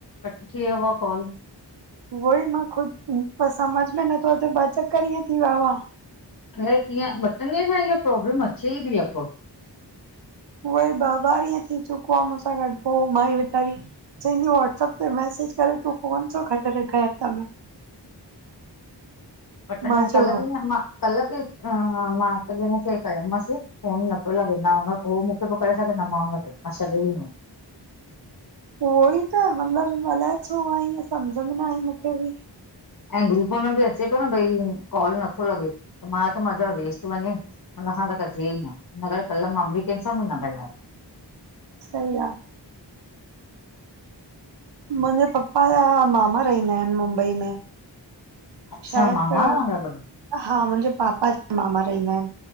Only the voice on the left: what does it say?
कट थी वयो आ कॉल।
अलाए कीअं ॿ टिन ॾींहन खां इह प्रोब्लम अचे ई थी लॻभॻ।
पटन
कल बि <unintelligible> कल्ह बि हा-हा मां साबिन खे कयो मांस। फ़ोन न पियो लॻे, तां मां मूंखे ॿियो करे सघे। न मां हुन खे, मां छॾे ॾींदोम।
ऐं ग्रुप में बि अचे पियो न भई कॉल नथो लॻे त मां चयो मथा वेस्ट वञे। हुननखां त कजे ई न हिनन करे कल्ह मां बि कंहिं सां बि न ॻाल्हायो।
अच्छा
मामा
वांदा अथव